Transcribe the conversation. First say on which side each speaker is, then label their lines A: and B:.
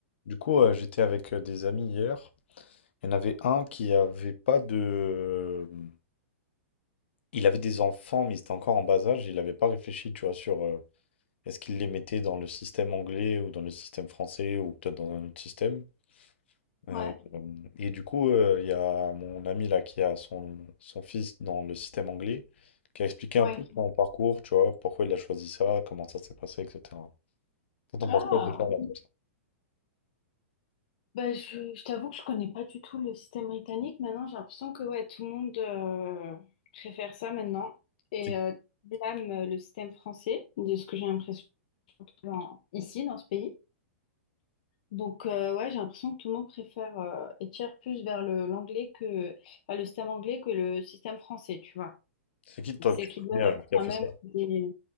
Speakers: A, on the left; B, on the left.
A: Du coup, euh, j'étais avec euh, des amis hier. Il y en avait un qui avait pas de. mmh, Il avait des enfants, mais ils étaient encore en bas âge. Il n'avait pas réfléchi, tu vois, sur euh, est-ce qu'il les mettait dans le système anglais ou dans le système français ou peut-être dans un autre système. Euh,
B: Ouais,
A: et du coup, euh, il y a mon ami là qui a son, son fils dans le système anglais, qui a expliqué
B: ouais.
A: un peu son parcours, tu vois, pourquoi il a choisi ça, comment ça s'est passé, etc. Toi, T'en
B: Ah,
A: penses quoi déjà là
B: oui.
A: comme ça?
B: bah je, je t'avoue que je connais pas du tout le système britannique. Maintenant, j'ai l'impression que ouais, tout le monde euh, préfère ça maintenant et
A: C'est
B: euh, blâme euh, le système français, de ce que j'ai l'impression surtout dans- ici, dans ce pays. Donc, euh, ouais, j'ai l'impression que tout le monde préfère euh, et tire plus vers le l'anglais que enfin, le système anglais que le système français, tu vois.
A: c'est qui toi
B: Donc, c'est
A: que tu
B: qu'il
A: connais
B: doit
A: euh,
B: y avoir
A: qui
B: quand
A: a fait
B: même
A: ça?
B: des,